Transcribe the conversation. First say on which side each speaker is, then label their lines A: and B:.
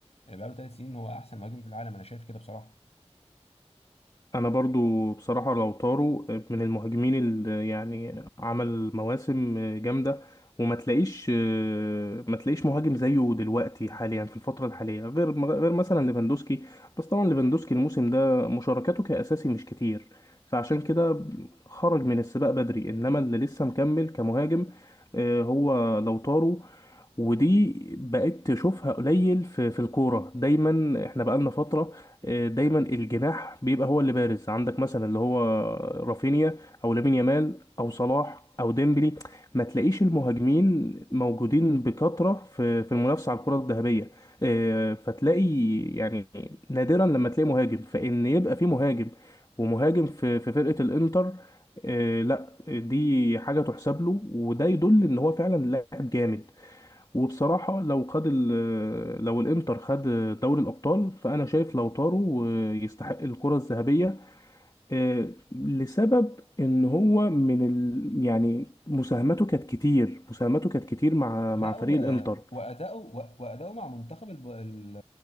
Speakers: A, on the left; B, on the left.
A: أه، بقاله ثلاث سنين هو احسن مهاجم في العالم انا شايف كده بصراحة
B: انا برضو بصراحة لو طاروا من المهاجمين اللي يعني عمل مواسم جامدة وما تلاقيش ما تلاقيش مهاجم زيه دلوقتي حاليا في الفترة الحالية غير غير مثلا ليفاندوسكي بس طبعا ليفاندوسكي الموسم ده مشاركاته كأساسي مش كتير فعشان كده خرج من السباق بدري انما اللي لسه مكمل كمهاجم آه، هو لو طاروا ودي بقيت تشوفها قليل في في الكورة دايما احنا بقالنا فترة آه، دايما الجناح بيبقى هو اللي بارز عندك مثلا اللي هو رافينيا او لامين يامال او صلاح او ديمبلي ما تلاقيش المهاجمين موجودين بكثرة في في المنافسة على الكرة الذهبية آه، فتلاقي يعني نادرا لما تلاقي مهاجم فإن يبقى في مهاجم ومهاجم في في فرقة الإنتر آه، لا دي حاجة تحسب له وده يدل إن هو فعلا لاعب جامد وبصراحة لو خد ال- لو الانتر خد دوري الابطال فانا شايف لو طاروا يستحق الكرة الذهبية آه، لسبب ان هو من ال... يعني مساهمته كانت كتير مساهمته كانت كتير مع
A: لا
B: مع فريق
A: و-
B: الانتر
A: وأداؤه و- وأداؤه مع منتخب الب... ال-